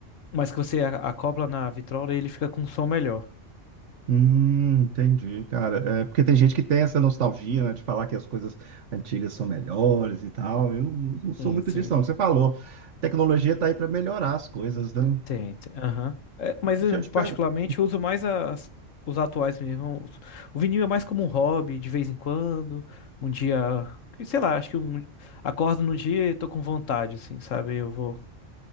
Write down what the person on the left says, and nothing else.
mas que você a- acopla na vitrola e ele fica com um som melhor.
Sim,
sim.
Tem, tem, aham. É, mas
eu,
particularmente,
uso mais as, os atuais mesmo. Os- O vinil é mais como um hobby, de vez em quando. Um dia, que, sei lá, acho que um, acordo num dia e tô com vontade, assim, sabe? Eu vou,